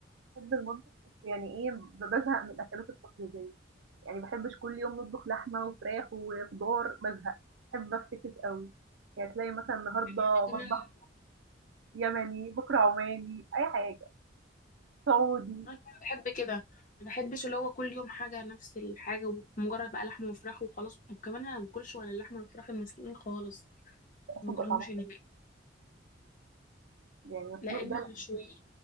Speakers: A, on the right; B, on the left.
A: باحب المطبخ بس يعني إيه، ب بازهق من الأكلات التقليدية، يعني ما باحبش كل يوم نطبخ لحمة وفراخ وخضار، بازهق، باحب أفتكس أوي، يعني تلاقي مثلًا النهارده
B: أنا
A: مطبخ
B: كمان
A: يمني، بكرة عماني، أي حاجة، سعودي،
B: انا كمان بحب كده ما بحبش اللي هو كل يوم حاجه نفس الحاجه ومجرد بقى لحمه وفراخ وخلاص وكمان انا ما باكلش ولا اللحمه والفراخ المسلوقين خالص
A: باحس
B: ما باكلهمش
A: بيبقى طعمها
B: هناك
A: يعني مسلوق
B: لا
A: ده
B: اما
A: لأ،
B: مشويين